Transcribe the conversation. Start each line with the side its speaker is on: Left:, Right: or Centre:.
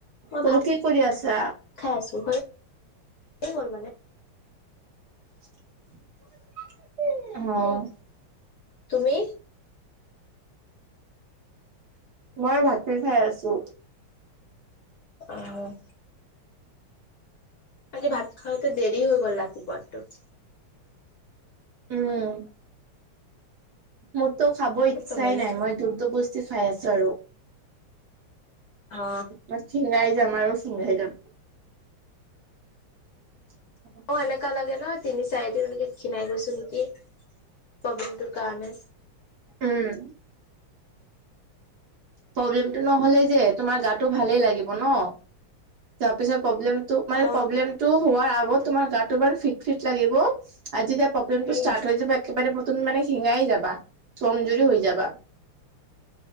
Left: মই
Right: বোলো
Left: ভাত
Right: কি কৰি আছা
Left: খাই আছোঁ, য় গল মানে।
Right: <unintelligible> অঁ
Left: তুমি?
Right: মই ভাতে খাই আছোঁ।
Left: অ'। ভাত খাওঁতে দেৰি হৈ গল ৰাতিপুৱাৰটো।
Right: উম। মোৰতো খাব ইচ্ছাই
Left: ঘৰলৈ
Right: নাই,
Left: যাবা
Right: মই যুৰ যবস্তি খাই আছোঁ আৰু।
Left: অ
Right: মই ক্ষিনাই যাম আৰু ক্ষিনাই যাম। <unintelligible>
Left: অ', এনেকা লাগে ন তিনি চাৰিদিন এনেকে খিনাই গৈছোঁ নেকি প্ৰব্লেমটোৰ কাৰণে।
Right: উম। প্ৰব্লেমতটো নহলেই যে তোমাৰ গাটো ভালেই লাগিব ন? তাৰপিছত প্ৰব্লেম টো মানে
Left: অ
Right: প্ৰব্লেমটো হোৱাৰ আগত তোমাৰ গাটো ইমান ফিট-ফিট লাগিব। আজি এতিয়া প্ৰব্লেম টো
Left: উম
Right: ষ্টাৰ্ট হৈ যাব একেবাৰে তুমি মানে ক্ষিনাই যাবা কমজুৰি হৈ যাবা।